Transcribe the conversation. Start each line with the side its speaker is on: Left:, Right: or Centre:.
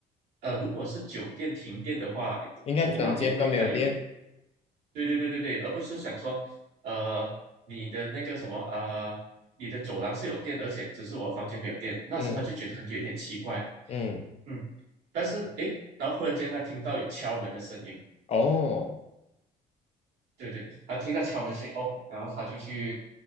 Right: 呃，如果是酒店停电的话，
Left: 应该整间都没有电。
Right: 走廊也不应该有对对对对对，而不是想说，呃，你的那个什么啊、呃你的走廊是有电，而且只是我房间没有电，那时他就觉得很有点奇怪，
Left: 嗯嗯，
Right: 嗯，但是诶，然后忽然间他听到有敲门的声音，
Left: 哦，
Right: 对对，他听到敲门声音，哦，然后他就去